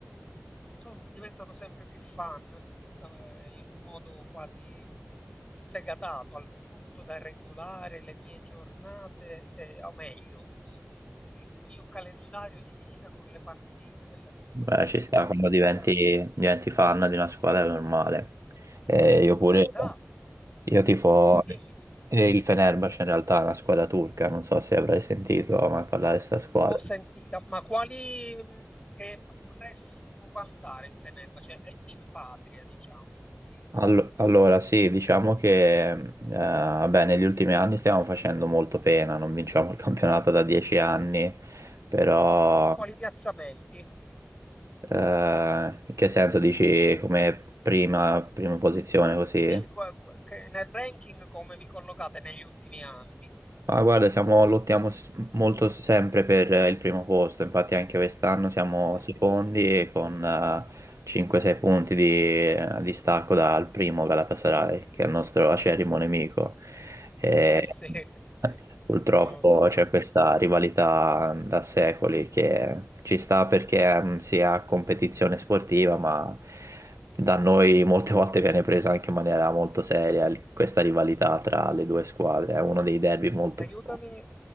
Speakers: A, on the left; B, on the right.
A: sono diventato sempre più fan, eh, in un modo quasi sfegatato, al punto da regolare le mie giornate, eh, o meglio, s- il mio calendario di vita con le partite della Juve,
B: Beh, ci
A: cioè
B: sta,
A: quando
B: quando
A: ci
B: diventi,
A: stanno.
B: diventi fan di una squadra è normale. Eh, io pure.
A: Eh, esatto,
B: Io tifo
A: tu dimmi
B: eh,
A: di tu.
B: il Fenerbahce, in realtà è una squadra turca, non so se avrai sentito mai parlare di questa squadra.
A: L'ho sentita, ma quali mh, che press può vantare il Fenerbahce eh, in patria, diciamo, in Turchia?
B: Allo- allora, sì, diciamo che eh, beh, negli ultimi anni stiamo facendo molto pena, non vinciamo il campionato da dieci anni, però
A: Con quali piazzamenti?
B: eh, in che senso dici come prima, prima posizione così?
A: Sì, qua- qua- che nel ranking come vi collocate negli ultimi anni?
B: Ah, guarda, siamo- lottiamo s- molto sempre per eh, il primo posto, infatti anche quest'anno siamo
A: Mm.
B: secondi e con eh, 5-6 punti di eh, distacco dal primo Galatasaray, che è il nostro acerrimo nemico. E,
A: Eh sì, <laughs>
B: <laughs> purtroppo
A: conosco.
B: c'è questa rivalità da secoli che ci sta perché mm, si ha competizione sportiva, ma da noi molte volte viene presa anche in maniera molto seria il- questa rivalità tra le due squadre, è uno dei derby molto,
A: Aiutami,
B: più